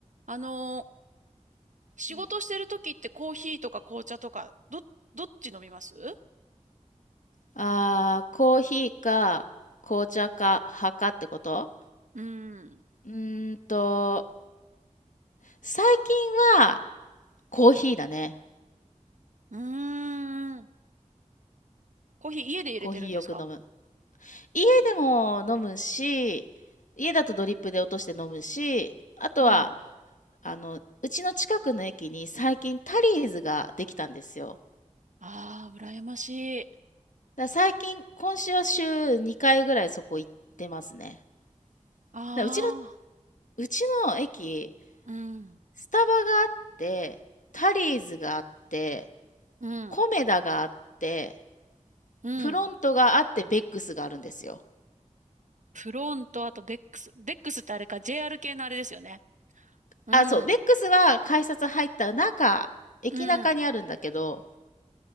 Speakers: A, on the right; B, on the left.
A: あのー仕事してる時ってコーヒーとか紅茶とか、
B: うん。
A: ど、どっち飲みますう
B: あー、コーヒーか紅茶か派かってこと
A: ーん。
B: うーんと、最近はコーヒーだね。
A: うーん。コーヒー家で入れてるんですか
B: コーヒーよく飲む。家でも飲むし、家だとドリップで落として飲むし、あとは、
A: うん。
B: あの、うちの近くの駅に最近タリーズができたんですよ。
A: ああ、羨ましい。
B: だから最近、今週は週2回ぐらいそこ行ってますね。
A: ああ、
B: だからうちの、うちの駅、
A: うん。
B: スタバがあって、タリーズがあって、
A: うん。
B: コメダがあって、
A: うん。
B: プロントがあって、ベックスがあるんですよ。
A: フロント、あとベックス。ベックスってあれか、JR 系のあれですよね。うん。
B: あ、そう、ベックスは改札入った中、駅中にあるんだけど、
A: うん。